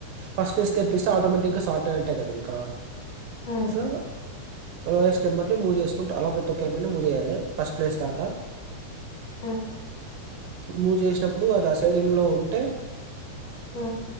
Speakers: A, on the right (about 80°); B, on the left (about 60°).
A: ఫస్ట్ ప్లేస్ తెప్పిస్తే ఆటోమేటిక్ గా స్తర్ట్ అయినట్టే కదా ఇంకా
B: ఉమ్
A: సో లోఎస్ట్ నెంబర్ మూవ్ చేసుకుంటూ అలా ప్రతి ఒక్క <unintelligible> మూవ్ చేయాలి ఫస్ట్ ప్లేస్ దాకా
B: ఉమ్
A: మూవ్ చేసినప్పుడు అది అసెండింగ్ లో ఉంటే
B: హ్మ్.